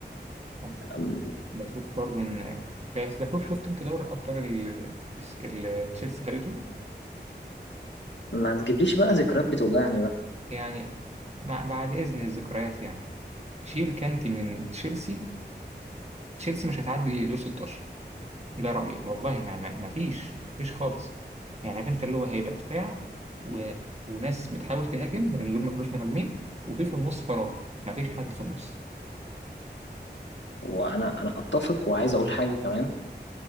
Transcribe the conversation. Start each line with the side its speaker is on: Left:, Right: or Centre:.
Right: أنا ب-
Left: أم،
Right: بشوف برضو إن يعني، بس بشوف شفت أنت دوري الأبطال اللي اللي تشيلسي خدته
Left: ما تجيبليش بقى ذكريات بتوجعني بقى
Right: يعني مع- بعد إذن الذكريات يعني شيل كانتي من تشيلسي تشيلسي مش هتعدي دور 16 ده رأيي والله ما ما ما فيش فيش خالص يعني عارف انت اللي هو هيبقى دفاع و... وناس بتحاول تهاجم لان دول ما كانوش مهاجمين وفي في النص فراغ ما فيش حد في النص
Left: وانا انا اتفق وعايز اقول حاجة كمان